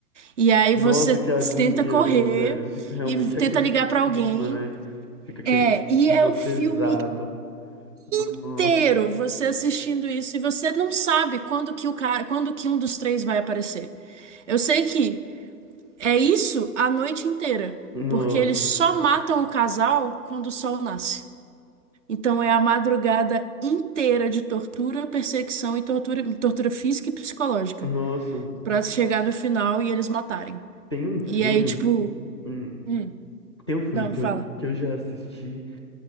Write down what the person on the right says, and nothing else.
E aí
você
tenta correr
e tenta
ligar pra alguém.
É, e
é o
filme
inteiro você assistindo isso e você não sabe quando que o cara, quando que um dos três vai aparecer. Eu sei que é isso a noite inteira,
porque eles só matam o casal quando o sol nasce. Então é a madrugada inteira de tortura, perseguição e tortura, tortura física e psicológica
Pra chegar no final e eles matarem.
E aí, tipo,
hum,
não,
fala.